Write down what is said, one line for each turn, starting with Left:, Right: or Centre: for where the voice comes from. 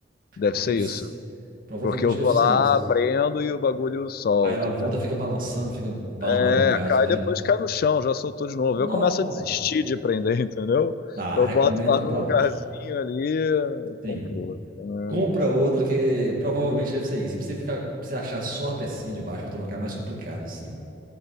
Left: deve
Right: porque
Left: ser
Right: ps-
Left: isso.
Right: provavelmente
Left: Porque eu
Right: deve
Left: vou
Right: ser
Left: lá,
Right: isso.
Left: prendo e o bagulho solta,
Right: Aí ela volta,
Left: entendeu?
Right: fica balançando, fica bamba
Left: É,
Right: no caso,
Left: cai
Right: né?
Left: depois cai no chão, já soltou de novo.
Right: Nó.
Left: Eu começo a desistir de prender, <laughs> entendeu?
Right: Ah,
Left: Eu
Right: recomendo
Left: boto lá
Right: comprar
Left: no lugarzinho
Right: outra.
Left: ali,
Right: Sim.
Left: compro outro,
Right: Compra
Left: né?
Right: outra que provavelmente deve ser isso. E pra você ficar, pra você achar só a pecinha de baixo pra trocar é mais complicado, assim.